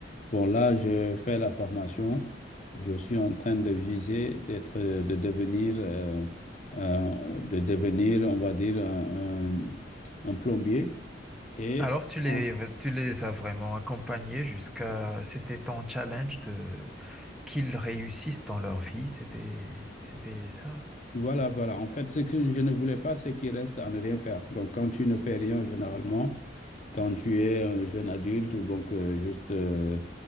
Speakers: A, on the left; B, in the centre.
A: bon, là, je fais la formation, je suis en train de viser, d'être, de devenir, euh, euh, de devenir, on va dire, un, un un plombier. Et
B: Alors, tu les,
A: en-
B: tu les as vraiment accompagnés jusqu'à... C'était ton challenge de... qu'ils réussissent dans leur vie. C'était, c'était ça.
A: voilà, voilà. En fait, ce que je ne voulais pas, c'est qu'il reste à ne rien faire. Donc, quand tu ne fais rien, généralement, quand tu es un jeune adulte, donc euh, juste euh,